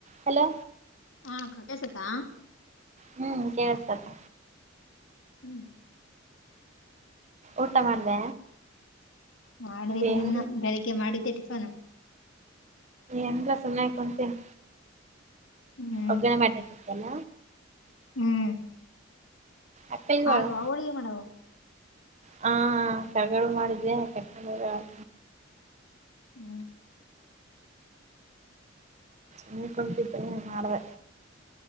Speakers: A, on the right; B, on the left.
A: Hello
B: ಹಾ ಅಕ್ಕ ಕೆಲ್ಸುತ್ತಾ
A: ಹ್ಮ್ ಕೆಳ್ಸುತಕ್ಕ
B: ಹ್ಮ್
A: ಊಟ ಮಾಡ್ದ
B: ಮಾಡ್ಬೇಕು
A: ಏನ್
B: ಇನ್ನ ಬೆಳಿಗ್ಗೆ ಮಾಡಿದ್ದೆ ಟಿಫನ್
A: ಎಂತ ಸುಮ್ನೆ ಕುಂತಿನಿ
B: ಹ್ಮ್
A: ಒಗ್ಗರಣೆ ಮಾಡಿದಿದ್ದಲ್ಲ
B: ಹ್ಮ್
A: ಅಕ್ಕಲ್ಗಳು
B: ಆದ್ವ ಹೋಳಿಗೆ ಮಾಡವು
A: ಹಾ ಕಾರ್ಗಡ್ಬು ಮಾಡಿದ್ದೆ ಕಟ್ಕೊಂಡು ಒಗ್ಯಾಳ
B: ಹ್ಮ್
A: <unintelligible> ಕುಂತಿದ್ದೆ ಮಾಡ್ದೆ